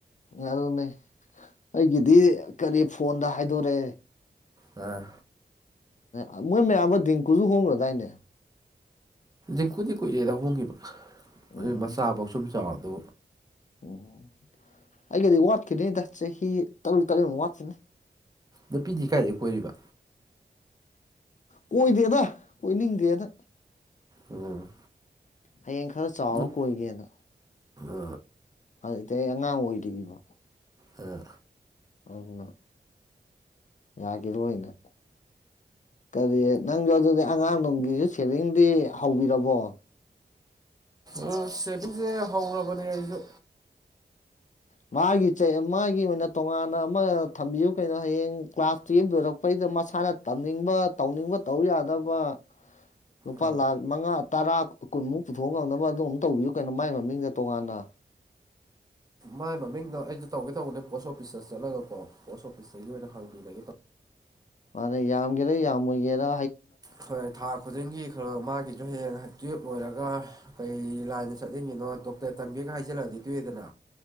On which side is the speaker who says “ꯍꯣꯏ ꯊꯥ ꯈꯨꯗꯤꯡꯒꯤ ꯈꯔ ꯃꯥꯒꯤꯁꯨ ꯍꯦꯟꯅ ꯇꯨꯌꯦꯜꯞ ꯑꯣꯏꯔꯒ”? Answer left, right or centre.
Right